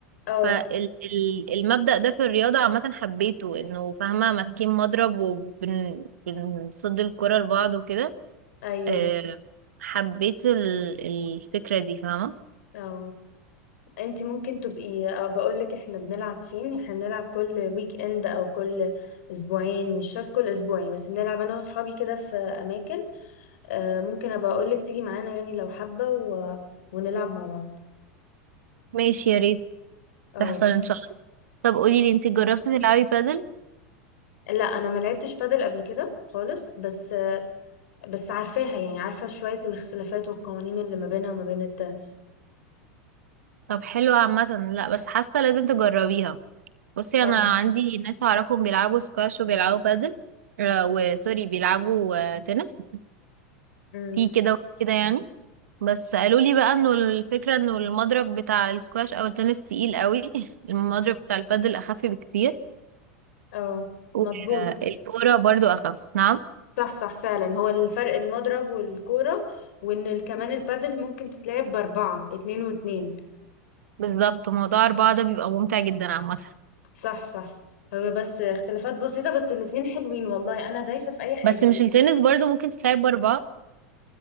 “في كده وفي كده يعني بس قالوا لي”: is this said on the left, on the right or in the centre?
Right